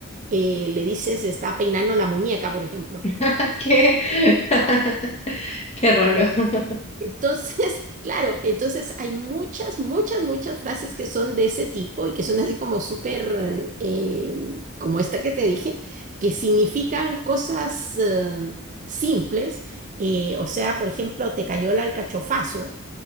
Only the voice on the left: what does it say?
<laughs> Qué, <laughs> qué raro. <laughs>